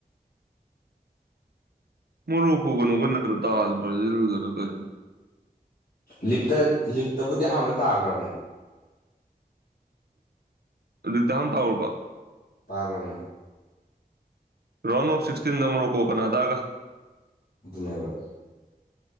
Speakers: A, on the right; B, on the left.
A: ꯃ ꯔꯣꯀꯣꯒꯅꯨꯒ ꯅꯠꯇ꯭ꯔ ꯇꯥꯁꯒꯔ ꯀ
B: ꯂꯤꯛꯇ ꯂꯤꯛꯇꯕꯨꯗꯤ ꯑꯍꯥꯟꯕꯗ ꯇꯥꯈ꯭ꯔꯕꯅꯤ
A: ꯎꯗ ꯍꯥꯟ ꯇꯎꯔꯔꯕ
B: ꯇꯥꯈ꯭ꯔꯕꯅꯤ
A: ꯔꯥꯎꯟ ꯑꯣꯐ ꯁꯤꯛꯁꯇꯤꯟ ꯅꯝꯕꯔꯣ ꯀꯣ ꯀꯅꯥꯗꯥꯒ
B: ꯑꯗꯨꯅꯦꯕ